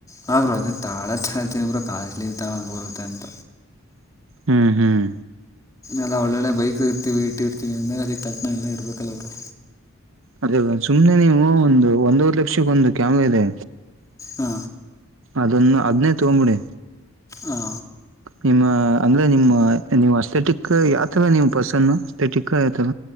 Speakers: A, on the left (about 15°); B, on the right (about 60°).
A: ಹಾಂ ಬ್ರೊ ಅದೆ ತಾಳದ್ ತಗಳ್ತಿವ್ ಬ್ರೊ ಕಾಸ್ಟ್ಲಿ ತೊಂಬರುತ್ತೆ ಅಂತ.
B: ಹ್ಮ್ ಹ್ಮ್
A: ಎಲ್ಲ ಒಳ್ಳೊಳ್ಳೆ ಬೈಕ್ ಇರ್ತೀವಿ ಇಟ್ಟು ಇರ್ತೀವಿ ಅಂದ್ರಲೆ ಅದಕ್ಕೆ ತಕ್ಕಂಗೆ ಎಲ್ಲ ಇಬೇಕಲ್ಲ ಬ್ರೋ
B: ಅದೇ ಸುಮ್ನೆ ನೀವು ಒಂದು ಒಂದೂವರೆ ಲಕ್ಷಕ್ಕೆ ಒಂದು ಕ್ಯಾಮೆರಾ ಇದೆ
A: ಹಾ
B: ಅದನ್ನು ಅದನೇ ತಗೊಂಬಿಡಿ
A: ಹಾ
B: ನಿಮ್ಮ ಅಂದ್ರೆ ನಿಮ್ಮ ನೀವು ಅಸ್ತೆೆಟಿಕ್ ಯಾವತರ ನೀವು ಪರ್ಸನ್ ಅಸ್ತೆೆಟಿಕ್ ಯಾವತರ